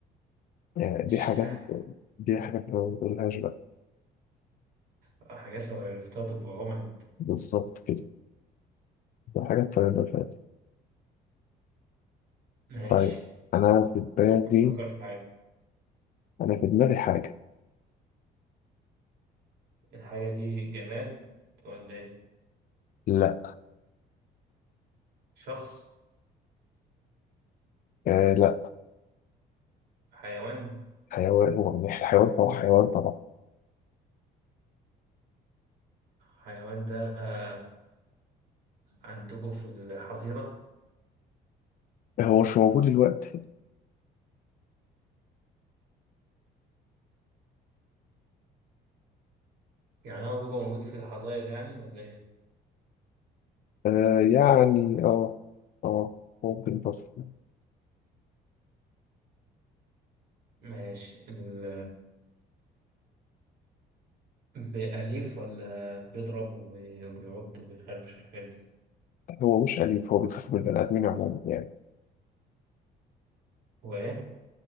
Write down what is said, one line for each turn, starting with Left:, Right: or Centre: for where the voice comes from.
Left: يعني
Right: الشاحن
Left: دي حاجات دي حاجات ما بنقولهاش بقى
Right: أو حاجات لو عرفتها تبقى عمد
Left: بالظبط كده ده حاجة طيبة فعلا
Right: ماشي
Left: طيب أنا في دماغي
Right: فكر في حاجة
Left: أنا في دماغي حاجة
Right: الحاجة دي جماد ولا إيه؟
Left: لا
Right: شخص
Left: آه لا
Right: حيوان
Left: حيوان هو يعني حيوان هو حيوان طبعا
Right: حيوان ده آه، عندكم في الحظيرة
Left: هو مش موجود دلوقتي
Right: يعني هو بيبقى موجود في الحظاير يعني ولا إيه؟
Left: آه يعني اه اه ممكن برضه
Right: ماشي ال... بأليف ولا بيضرب وبي- وبيعض وبيخربش الحاجات دي
Left: هو مش أليف هو بيخاف من البني آدمين عموما يعني
Right: هو إيه؟